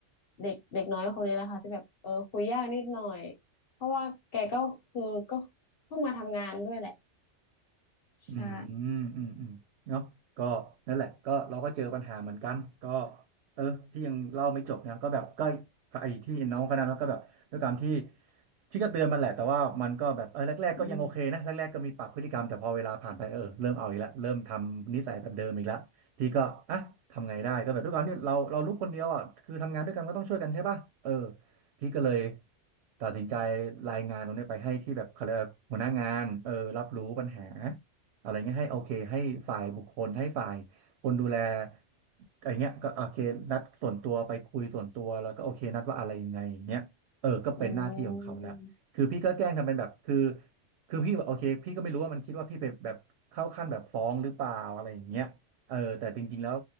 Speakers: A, on the left (about 55°); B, on the right (about 70°).
A: เด็กเด็กน้อยคนนี้แหละค่ะที่แบบเออคุยยากนิดหน่อยเพราะว่าแกก็คือก็เพิ่งมาทำงานด้วยแหละใช่
B: อืมอืมอืมเนาะก็นั่นแหละก็เราก็เจอปัญหาเหมือนกันก็เออพี่ยังเล่าไม่จบนะก็แบบก็ไอ้ที่น้องคนนั้นก็แบบด้วยความที่พี่ก็เตือนมันแหละแต่ว่ามันก็แบบเออแรกๆก็ยังโอเคนะแรกๆก็มีปรับพฤติกรรมแต่พอเวลาผ่านไปเออเริ่มเอาอีกแล้วเริ่มทำนิสัยแบบเดิมอีกแล้วพี่ก็อ่ะทำไงได้ก็แบบด้วยความที่เราเราลูกคนเดียวอ่ะคือทำงานด้วยกันก็ต้องช่วยกันใช่ป่ะเออ
A: อืม
B: พี่ก็เลยตัดสินใจรายงานตรงนี้ไปให้ที่แบบเขาเรียกว่าหัวหน้างานเออรับรู้ปัญหา อะไรเงี้ยให้โอเคให้ฝ่ายบุคคลให้ฝ่ายคนดูแลอะไรเงี้ยก็โอเคนัดส่วนตัวไปคุยส่วนตัวแล้วก็โอเคนัดว่าอะไรยังไงอย่างเงี้ยเออก็เป็นหน้าที่ของเขาแล้วคือพี่ก็แกล้งทำเป็นแบบคือ
A: อืม
B: คือพี่แบบโอเคพี่ก็ไม่รู้ว่ามันคิดว่าพี่ไปแบบเข้าขั้นแบบฟ้องหรือเปล่าอะไรอย่างเงี้ยเออแต่จริงๆแล้ว